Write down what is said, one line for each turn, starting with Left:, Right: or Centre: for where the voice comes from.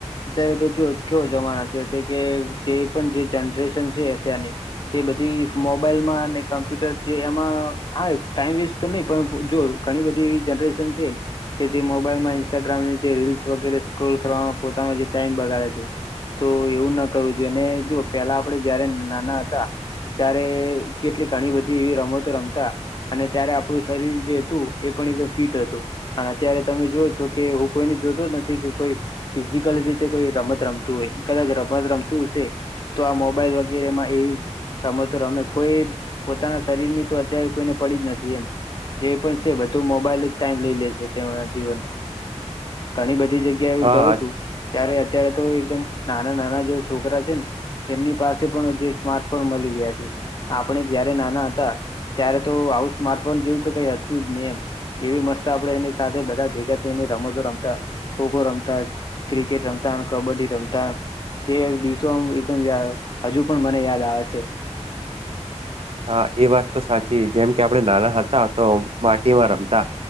Left: અત્યારે તો જો કેવો જમાના <unintelligible> છે, કે જે પણ જે જનરેશન છે, અત્યારની. તે બધી મોબાઈલ માં અને કમ્પ્યુટર જે એમાં હા ટાઈમ વેસ્ટ તો નહી. પણ જો ઘણી બધી એવી જનરેશન છે. કે જે મોબાઈલમાં ઇન્સ્ટાગ્રામની જે <unintelligible> વગેરે સ્ક્રોલ કરવામાં પોતાનો જે ટાઈમ બગાડે છે. તો એવું ના કરવું જોઈએ અને <unintelligible> પેલા આપડે જયારે નાના હતા. ત્યારે કેટલી ઘણી બધી એવી રમતો રમતા અને ત્યારે આપણું. શરીર જે હતું એ પણ એક ફિટ હતું. અને અત્યારે તમે જોવ છો કે હું કોઈને જોતો નથી કે કોઈ. ફિઝિકલ રીતે કોઈ રમત રમતું હોય કદાચ રમત રમતું હશે. તો આ મોબાઈલ વગેરેમાં એવી. રમતો રમે કોઈ પોતાના શરીર ની તો અત્યારે કોઈને પડી જ નથી એમ. જે પણ છે, બધુ મોબાઈલ જ ટાઈમ લઈ લે છે, તેમના જીવનમાં ઘણી બધી <unintelligible>
Right: હા
Left: જઉં છું ત્યારે અત્યારે તો એકદમ નાના નાના જે છોકરા છે, ને. એમની પાસે પણ જે સ્માર્ટફોન મળી ગયા છે. આપણે જયારે નાના હતા ત્યારે તો આવું સ્માર્ટફોન જેવું તો કઈ હતું જ ને એમ. એવી મસ્ત આપડે એની સાથે બધા <unintelligible> એની રમતો રમતા ખોખો રમતા. ક્રિકેટ રમતા કબડ્ડી રમતા. જે દિવસો એકદમ હજુ પણ મને યાદ આવે છે.
Right: હા એ વાત તો સાચી જેમ કે આપડણે નાના હતા તો માટીમાં રમતા.